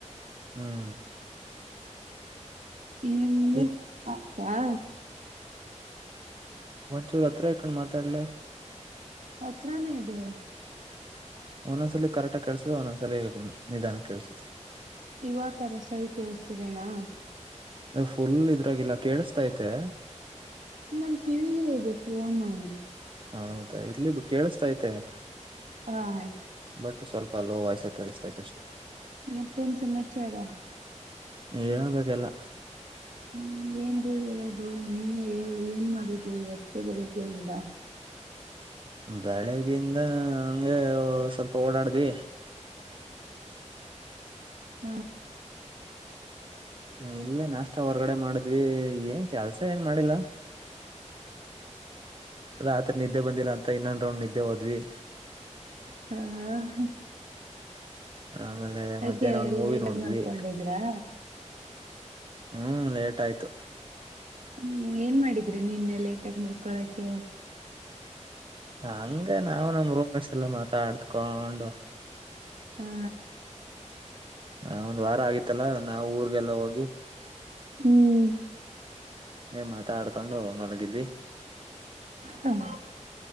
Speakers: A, on the right (about 40°); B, on the right (about 85°).
A: ಹ್ಮ್
B: ನಿಂದು
A: ಏ
B: ಮತ್ತ ಆ
A: ಒಂಚೂರ್ ಹತ್ರ ಇಕೊಂಡ್ ಮಾತಾಡ್ಲೆ.
B: ಹತ್ರಾನೇ ಇದೇ.
A: ಒಂದೊಂದ್ಸಲಿ ಕರೆಕ್ಟ್ಹಾಗಿ ಕೆಲ್ಸ ಒಂದೊಂದ್ಸಲಿ ನಿಧಾನ ಕೇಳಸುತ್ತೆ.
B: ಇವಗ್ತಾನೆ ಸರಿ ಕೇಳಿಸ್ತಿದೆನಾ?
A: ನ ಫುಲ್ ಇದ್ರಾಗಿಲ್ಲ ಕೇಳಸ್ತೈತೆ.
B: ನನ್ ಕಿವಿಗೆ ಇದೆ ಪೋನು
A: ಹೌದಾ ಇಲ್ಲಿ ಕೇಳಿಸತೈತೆ
B: ಹಾ ಹಾ.
A: ಬಟ್ ಸ್ವಲ್ಪ ಲೋ ವಾಯ್ಸ್ದಾಗ್ ಕೆಳಸ್ತೈತೇ ಅಷ್ಟೇ.
B: ಮತ್ತೆ ಏನ ಸಮಾಚಾರ?
A: ಹೇಳಬೇಕ ಎಲ್ಲ.
B: ಹ್ಮ್ ಏನ್ರಿ ಹೇಳದು ನೀವೇ ಹೇಳಿ ಏನ್ ಮಾಡಿದ್ರಿ ಇವತ್ತು ಬೆಳಿಗ್ಗೆಯಿಂದ?
A: ಬೆಳಗಿಂದ ಹಂಗೆ ಸ್ವಲ್ಪ ಓಡಾಡ್ದಿ.
B: ಹ
A: ಇಲ್ಲೇ ನಾಸ್ಟ್ ಹೊರಗಡೆ ಮಾಡಿದ್ವಿ ಎಂಗ್ ಕೆಲ್ಸ ಏನ್ ಮಾಡಿಲ್ಲ. ರಾತ್ರಿ ನಿದ್ದೆ ಬಂದಿಲ್ಲ ಅಂತ ಇನ್ನೊಂದ ರೌಂಡ್ ನಿದ್ದೆ ಹೋದ್ವಿ. <unintelligible>
B: ಹ ಹಾ
A: ಆಮೇಲೆ
B: ಯಾಕೆ
A: ಮಧ್ಯಾಹ್ನ ಒಂದ್ ಮೂವಿ
B: ಲೇಟಾಗಿ
A: ನೋಡುದ್ವಿ.
B: ಮಲ್ಕೊಂಡಿದ್ರಾ
A: ಹ್ಮ್ ಲೇಟ್ ಆಯ್ತು.
B: ಹ್ಮ್ ಏನ್ ಮಾಡಿದ್ರಿ ನಿನ್ನೆ ಲೇಟ್ ಆಗಿ ಮುಲ್ಕೊಳಕ್ಕೆ?
A: ಹಂಗ ನಾವು ನಮ್ಮ್ ರೂಮೆಟ್ಸ್ ಎಲ್ಲ ಮಾತಾಡ್ತ್ಕೊಂಡು.
B: ಹಾ
A: ಹ ಒಂದ್ ವಾರ ಆಗಿತ್ತಲ್ಲಾ ನಾವು ಊರಿಗೆಲ್ಲ ಹೋಗಿ.
B: ಹ್ಮ್
A: ಮಾತಾಡ್ಕೊಂಡು ಮಲಗಿದ್ವಿ.
B: ಹ್ಮ್